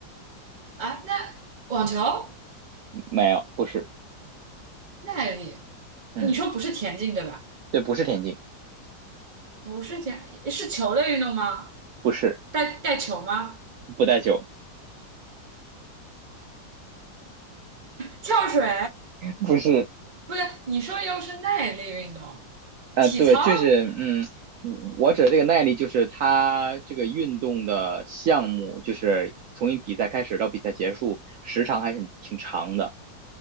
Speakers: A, on the right; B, on the right.
A: 啊，那网球，
B: 没有，不是，
A: 耐力，
B: 嗯，
A: 你说不是田径对吧？
B: 对，不是田径，
A: 不是田，是球类运动吗？
B: 不是，
A: 带带球吗？
B: 不带球，
A: 跳水？
B: <laughs> 不是，
A: 不对，你说又是耐力运动，
B: 啊、
A: 体操、
B: 对，就是，嗯，我指的这个耐力就是他这个运动的项目，就是从一比赛开始到比赛结束，时长还挺挺长的。